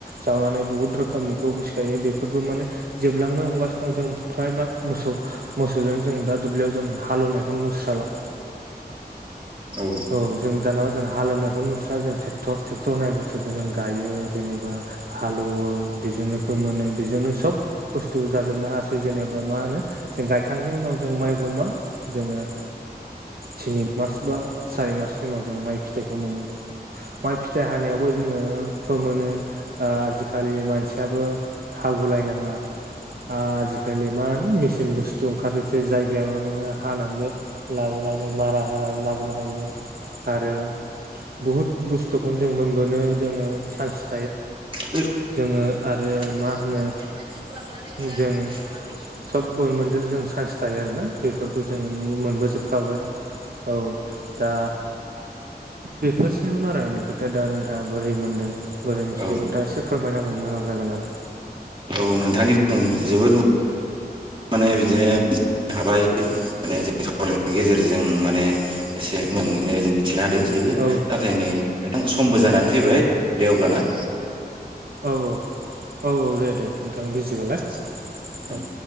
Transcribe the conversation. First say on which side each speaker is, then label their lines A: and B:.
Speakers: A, on the right; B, on the right.
A: जावनानै बुहुत रोखोमनिखौ सिखाया बेफोरबो माने। जोबलांनो हमगासिनो दं जों फ्रायभाग मोसौ मोसौजों जों दा दुब्लियाव जों। हालेवनायखौ नुस्राला।
B: औ।
A: औ जों दानाबा जों हालेवनायखौ नुस्रा जोंट्रेक्टर ट्रेक्टर होन बुथुजों जों। गायो जेनेबा हालौवो बेजोंनो फ मोनो बेजोंनो सब। बुस्थु जाजोबनो हायासै जेनेबा मा होनो जों गायखांनायनि उनाव। जों माइ खौव जोंङो थिनि मास बा सारि मासनि उनाव जों माइ। फिथाइखौ मोनो माइ फिथाइ हानायावबो जोंङो। फोमो आजिखालि मानसियाबो हागु लायनांला। आजिखालि मा होनो मेसिन बुस्थु ओंखारजोबसै जायगायाव नोंङो हानानैल'। लाबोनानै मारा होनानै लाबोना नै। ह बुहु बुु मोनो ज।
B: बे।
A: जोंङो आरो।
B: लांनानै
A: मा होनो
B: ज'
A: जों
B: मार।
A: सब मोनजो जों चान्स थायो आरोना बेफोरखौ जों मोनबोजोबखाबाय। औ दा। बेफोरसनि आरो आंनि खोथाया दा नोंथांङा बोरै मोन्दों बोरै मिथिनाय
B: औ औ
A: खोनथा दा सोब। फोरमाय बा मोजां जागोन आरो।
B: औ नोंथांनि जोबोद। माने बिदिनो मिथिनो हाबाय माने जों सावनायनि गेजेरजों माने। एसे मोनो जों मिथिनो हादों गैयाबो
A: औ
B: नाथाय नै नोंथां समबो जानानै फैबाय। दे अब्ला ना।
A: औ औ औ औ दे दे नोंथांङा बिजिबालाय
B: औ ओं
A: औ।